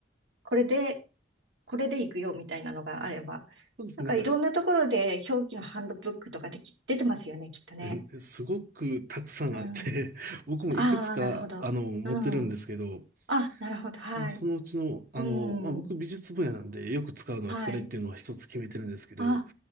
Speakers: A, on the right (about 75°); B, on the right (about 50°).
A: これで、これでいくよみたいなのがあれば。
B: そうですね。
A: なんかいろんなところで表記のハンドブックとかでき出てますよね、
B: なんか、
A: きっとね。
B: えすごくたくさんあって、
A: うん。
B: 僕もいくつか、
A: ああ、なるほど。
B: あの、持ってるんですけど、
A: うん。あ、なるほど。はい。
B: もうそのうちの、あの、
A: うん。
B: まあ、僕美術分野なんでよく使うのはこれっていうのは一つ決めてるんですけど、
A: はい。あ、